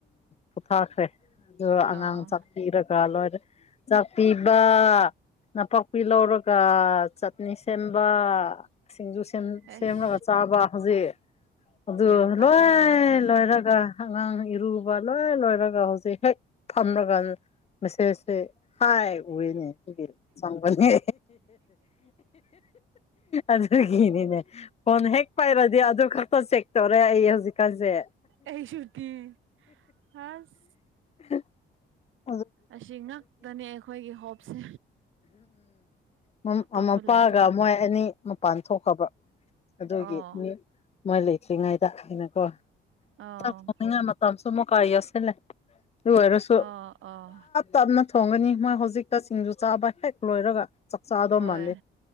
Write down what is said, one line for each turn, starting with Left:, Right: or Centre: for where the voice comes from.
Left: ꯄꯣꯊꯥꯈ꯭ꯔꯦ ꯑꯗꯨ ꯑꯉꯥꯡ
Right: ꯑꯥꯎ
Left: ꯆꯥꯛꯄꯤꯔꯒ ꯂꯣꯏꯔꯦ ꯆꯥꯛꯄꯤꯕ ꯊꯕꯛ ꯂꯧꯔꯒ ꯆꯠꯅꯤ ꯁꯦꯝꯕ ꯁꯤꯡꯖꯨ
Right: ꯑꯦꯁ
Left: ꯁꯦꯝꯂꯒ ꯆꯥꯕ ꯍꯧꯖꯤꯛ ꯑꯗꯨ
Right: ꯌꯥꯝ ꯇꯧꯋꯤꯅꯦ
Left: ꯂꯣꯏ
Right: ꯅꯪꯁꯦ
Left: ꯂꯣꯏꯔ ꯑꯉꯥꯡ ꯏꯔꯨꯕ ꯂꯣꯏ ꯂꯣꯏꯔꯒ ꯍꯧꯖꯤꯛ ꯍꯦꯛ ꯐꯝꯂꯒ ꯃꯁꯦꯁꯇꯤ ꯍꯥꯏ ꯎꯨꯏꯅꯦ ꯑꯗꯨꯒꯤ ꯆꯪꯕꯅꯦ ꯑꯗꯨꯒꯤꯅꯤꯅꯦ ꯐꯣꯟ ꯍꯦꯛ ꯄꯥꯏꯔꯗꯤ ꯑꯗꯨ ꯈꯛꯇ ꯆꯦꯛ ꯇꯧꯔꯦ ꯑꯩ ꯍꯧꯖꯤꯛꯀꯥꯟꯁꯦ
Right: ꯑꯩꯁꯨꯇꯤ ꯑꯁ
Left: ꯍ <unintelligible>
Right: ꯑꯁꯤ ꯉꯛꯇꯅꯦ ꯑꯩꯈꯣꯏꯒꯤ ꯍꯣꯞꯁꯦ
Left: ꯎꯝ
Right: ꯑꯇꯣꯞꯄ
Left: ꯃꯄꯥꯒ
Right: ꯂꯩꯇ꯭ꯔꯦ
Left: ꯃꯣꯏ ꯑꯅꯤ ꯃꯄꯥꯟ ꯊꯣꯛꯈꯔꯕ ꯑꯗꯨꯒꯤ
Right: ꯑꯣ
Left: ꯃꯤ ꯃꯣꯏ ꯂꯩꯇ꯭ꯔꯤꯉꯩꯗ ꯑꯩꯅ ꯒꯣ
Right: ꯑꯥꯎ
Left: ꯆꯥꯛ ꯊꯣꯡꯅꯤꯡꯉꯥꯢ ꯊꯕꯛꯁꯨ ꯑꯃꯨꯛꯒ ꯌꯦꯠꯁꯤꯜꯂꯦ ꯑꯗꯨ ꯑꯣꯢꯔꯁꯨ
Right: ꯑꯥ ꯑꯥ
Left: ꯇꯞꯅ ꯊꯣꯡꯒꯅꯤ ꯃꯣꯏ ꯍꯧꯖꯤꯛꯇ ꯁꯤꯡꯖꯩ ꯆꯥꯕ ꯍꯦꯛ ꯂꯣꯏꯔꯒ ꯆꯥꯛ ꯆꯥꯗꯧ
Right: ꯍꯣꯏ
Left: ꯃꯥꯜꯂꯤ